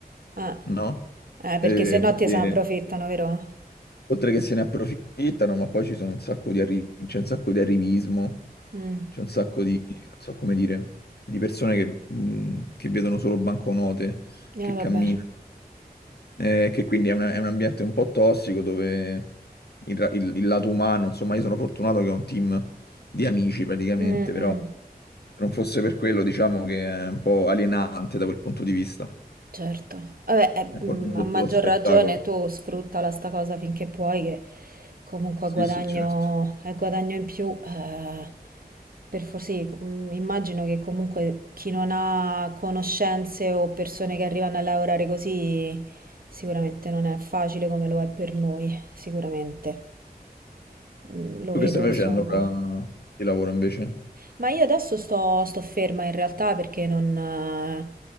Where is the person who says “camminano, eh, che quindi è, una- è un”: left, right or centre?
Left